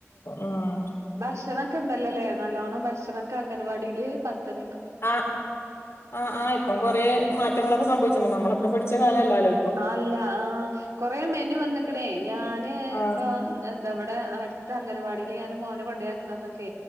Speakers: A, on the left; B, on the right.
A: ഉം
B: ഭക്ഷണം ഒക്കെ ഉണ്ടല്ലോല്ലേ നല്ലോണം ഭക്ഷണം ഒക്കെ അംഗൻവാടിയില് പത്തര
A: ആ് ആ ആ ഇപ്പം കൊറ മാറ്റങ്ങളൊ നമ്മളക്കെ പഠിച്ച കാലല്ലാലോ
B: ആ അല്ല ആ കൊറെ മെനു വന്നക്കണേ ഞാന്
A: ആഹ്
B: ഇപ്പ എന്താവിടെ അടുത്ത അംഗൻവാടിൽ ഞാന് മോന കൊണ്ടോ യാക്കി ക്കി